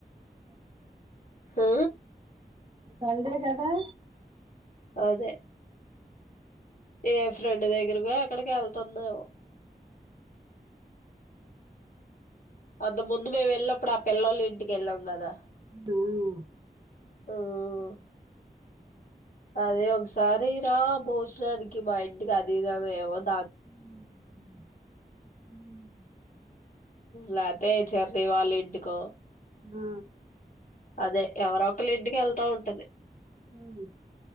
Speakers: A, on the left; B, on the right.
A: ఊ
B: పండుగ చేద్దామా
A: అదే ఏ ఫ్రెండ్ దగ్గరగో ఎక్కడికో ఎళ్తుందేమో అంత ముందు మేమేళ్ళినప్పుడు ఆ పిళ్లొల్లిన్టికి ఎళ్ళాం గదా
B: ఆ ఆ
A: ఉమ్ అదే ఒక్స్ తరీరా భోజనానికి మా ఇంటికి అదిదామే ఎమొద్
B: ఉమ్ ఉమ్
A: లాతే చెర్రీ వాళ్ళ ఇంటికో
B: ఆ
A: అదే ఎవరొ ఒకలింటికి వెళ్తా ఉంటది.
B: హ్మ్